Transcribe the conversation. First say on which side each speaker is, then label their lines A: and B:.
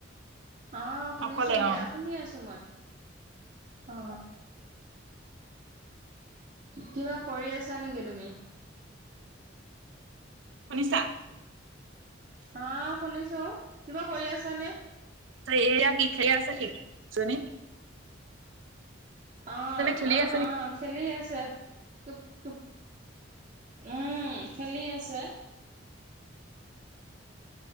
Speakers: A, on the right; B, on the right.
A: অ', শুনিছোঁ
B: অকলে
A: দিয়া,
B: অ
A: শুনি আছোঁ মই। অ'। কিবা কৰি আছা নেকি তুমি?
B: শুনিছা?
A: অ', শুনিছোঁ, কিবা কৰি আছানে?
B: ত' এয়া কি <unintelligible> আছে কি? চুনী।
A: অ',
B: খেলি
A: অ',
B: আছে নেকি?
A: অ'। খেলি আছে। পুপ পুপ, উম, খেলি আছে।